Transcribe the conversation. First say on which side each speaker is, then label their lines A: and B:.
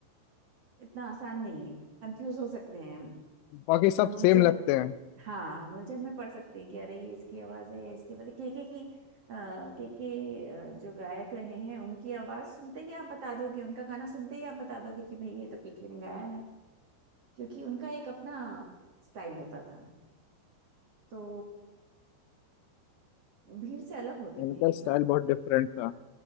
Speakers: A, on the right; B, on the left.
A: इतना आसान नहीं है कंफ्यूज हो सकते हैं हम
B: बाकी सब
A: हम उलझन
B: सेम लगते हैं
A: हाँ हम उलझन में पढ़ सकते हैं कि अरे ये इसकी आवाज है या इसकी आवाज है केके की आ, केके जो गायक रहे हैं उनकी आवाज सुनते ही आप बता दोगे उनका गाना सुनते ही आप बता दोगे कि भाई ये तो केके ने गाया है क्योंकि उनका एक अपना स्टाइल होता था तो भीड़ से अलग होते
B: उनका
A: थे ये सब
B: स्टाइल बहुत डिफरेंट था